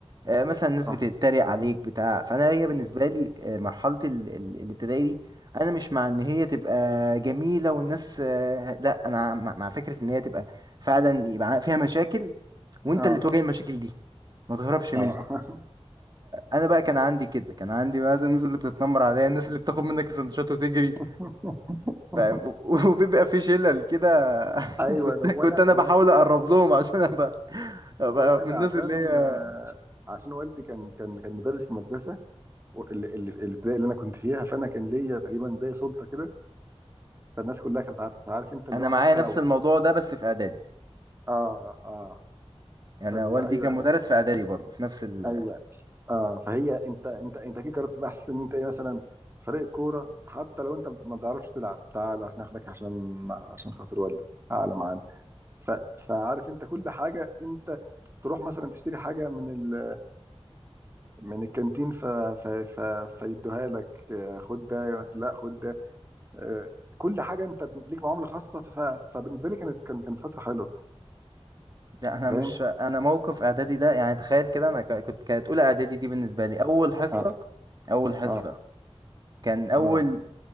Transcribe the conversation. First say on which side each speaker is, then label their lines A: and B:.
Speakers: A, on the right; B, on the right.
A: آه، مثلا الناس بتتريق
B: آه
A: عليك بتاع فانا هي بالنسبة لي آه، مرحلة ال- ال- الابتدائي دي انا مش مع ان هي تبقى جميلة والناس آه، لا انا مع مع فكرة ان هي تبقى فعلا يبقى فيها مشاكل وانت
B: آه
A: اللي تواجه المشاكل دي ما تهربش منها
B: آه
A: انا بقى كان عندي كده كان عندي مثلا الناس اللي بتتنمر عليا الناس اللي بتاخد منك السندوتشات وتجري
B: <laughs> آه
A: فاهم و- <laughs> و- وبيبقى في شلل كده
B: أيوه
A: <laughs> كنت
B: هو
A: كنت
B: أنا
A: انا
B: هو
A: بحاول
B: أنا
A: اقرب لهم عشان ابقى ابقى
B: هو أنا
A: من الناس
B: عشان
A: اللي هي
B: آه، عشان والدي كان كان كان مدرس في المدرسة وال- ال- ال- الابتدائي اللي أنا كنت فيها فأنا كان ليا تقريبا زي سلطة كده فالناس كلها كانت عارفة فعارف أنت اللي
A: انا
B: هو
A: معايا
B: حتى
A: نفس
B: لو
A: الموضوع ده بس في اعدادي
B: آه آه
A: انا
B: فلا
A: والدي
B: ايوه
A: كان مدرس في اعدادي برضه في نفس ال
B: ايوه اه فهي انت انت انت كده جربت تبقى احسن ان انت ايه مثلا فريق الكوره حتى لو انت ما تعرفش تلعب تعال هناخدك عشان عشان خاطر والدك تعالى معانا ف... فعارف انت كل حاجه انت تروح مثلا تشتري حاجه من ال... من الكانتين ف... ف... ف... فيدوها لك آه، خد ده لا خد ده آه، كل حاجه انت ليك معامله خاصه ف... فبالنسبه لي كانت كانت كانت فتره حلوه
A: لا انا
B: فاهم
A: مش انا موقف اعدادي ده يعني تخيل كده انا ك- كنت كانت اولى اعدادي دي بالنسبه لي اول حصه
B: اه
A: اول حصه
B: اه
A: كان اول
B: اه